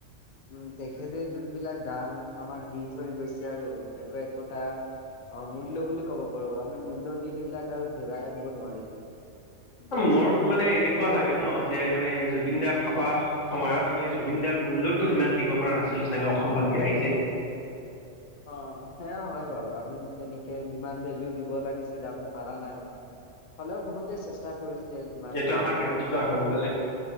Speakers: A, on the left (about 45°); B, on the left (about 75°).
A: উম তেখেতে যোনবিলাক গান আমাক দি থৈ গৈছে আৰু একো একোটা অমূল্য বুলি কব পাৰো আমি মূল্য দি সেইবিলাক আৰু ঘূৰাই আনিব নোৱাৰিম জাষ্ট
B: মোৰ মানে এনেকুৱা
A: ক'ব
B: লাগে
A: নোৱাৰি
B: ন যে মানে জুবিন দাৰ থকা সময়ত আমি জুবিনদাৰ মূল্যতো সিমান দিব পৰা নাছিলো চাগে অসমবাসী ৰাইজে
A: <unintelligible> অ সেয়া হয় বাৰু আমি তেনেকে যিমান ভেলু দিব লাগিছিলে আমি পাৰা নাই হলেও বহুতে চেষ্টা কৰিছে যিমান
B: এইটো
A: পাৰে
B: আমাৰ
A: কিন্তু
B: ব্যৰ্থতা ক'ব গ'লে